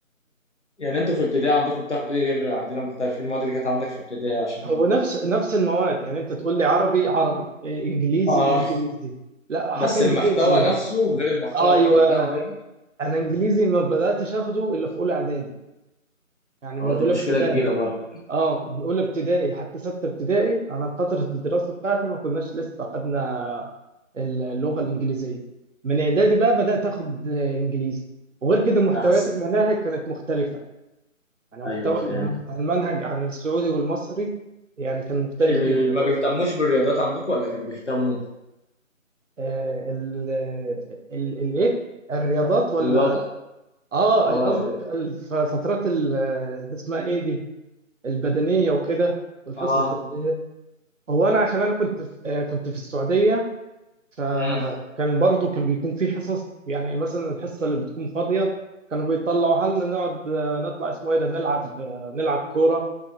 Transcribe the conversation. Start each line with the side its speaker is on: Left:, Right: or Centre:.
Left: يعني انتوا في ابتدائي عندكم بتاخدوا ايه غير عندنا مختلف ايه المواد اللي كانت عندك في ابتدائي عشان
Right: هو نفس نفس المواد يعني انت تقول لي عربي عربي إيه، انجليزي
Left: اه
Right: انجليزي لا حتى
Left: بس
Right: انجليزي
Left: المحتوى نفسه غير المحتوى
Right: ايوه
Left: اللي احنا بناخده هنا
Right: انا انجليزي ما بداتش اخده الا في اولى اعدادي يعني
Left: اه
Right: من اولى
Left: دي مشكلة
Right: ابتدائي
Left: كبيرة برضه
Right: اه من اولى ابتدائي لحد سته ابتدائي انا في فتره الدراسه بتاعتي ما كناش لسه اخدنا اللغه الانجليزيه من اعدادي بقى بدات اخد آه، انجليزي وغير كده محتويات
Left: تحس
Right: المناهج كانت مختلفه يعني محتوى
Left: ايوه فاهم
Right: المنهج عن السعودي والمصري يعني كان مختلف
Left: ال-
Right: جدا
Left: ما بيهتموش بالرياضات عندكم ولا كانوا بيهتموا
Right: آه، ال ال الايه الرياضات ولا
Left: رياضة
Right: اه
Left: اه
Right: قصدك
Left: ر-
Right: الف- فترات ال- اللي اسمها ايه دي البدنيه وكده والحصص
Left: اه
Right: اللي هي- هو انا عشان انا كنت في آه، كنت في السعوديه فكان
Left: امم
Right: برضو كان بيكون في حصص يعني مثلا الحصه اللي بتكون فاضيه كانوا بيطلعوا حالنا نقعد آه، نطلع اسمه ايه ده نلعب آه، نلعب كوره